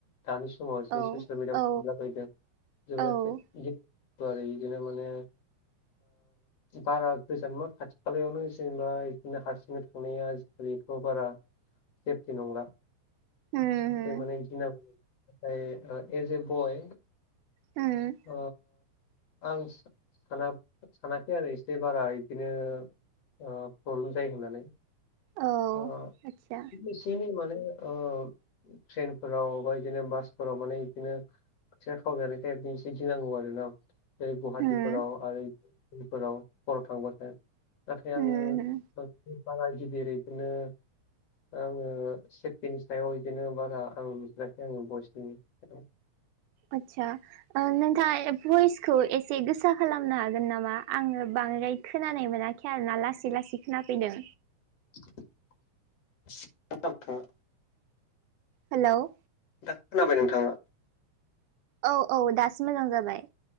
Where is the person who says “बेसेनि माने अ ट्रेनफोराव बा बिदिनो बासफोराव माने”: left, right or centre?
Left